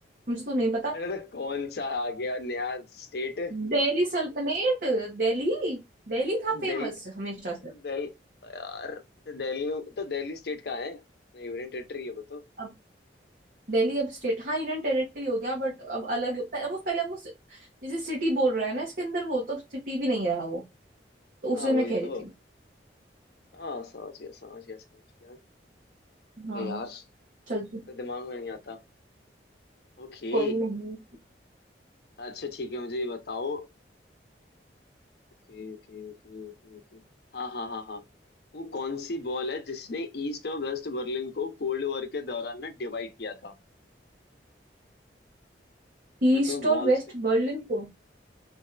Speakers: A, on the right; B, on the left.
A: मुझे तो नहीं पता
B: अरे तो कौन सा आ गया नया स्टेट
A: दिल्ली सल्तनत दिल्ली दिल्ली था फेमस
B: दिल्ली
A: हमेशा
B: तो
A: से
B: दिल्ली यार तो दिल्ली में तो दिल्ली स्टेट कहाँ है अपना यूनियन टेरिटरी है बताओ
A: अब दिल्ली अब स्टेट हाँ यूनियन टेरिटरी हो गया बट अब अलग पह, वो पहले वो जैसे सिटी बोल रहा है ना इसके अंदर वो तो सिटी भी नहीं रहा वो तो उसे
B: हाँ वही
A: मैं कह रही
B: तो
A: थी
B: हाँ समझ गया समझ गया समझ गया भाई
A: हाँ
B: यार
A: चल
B: तो दिमाग में नहीं आता ओके
A: कोई नहीं
B: अच्छा ठीक है मुझे ये बताओ Okay okay okay okay okay हाँ हाँ हाँ हाँ वो कौन सी बॉल है जिसने ईस्ट और वेस्ट बर्लिन को कोल्ड वॉर के दौरान ना डिवाइड किया था
A: ईस्ट
B: अगर तुम्हें बॉल्स
A: और वेस्ट
B: के
A: बर्लिन को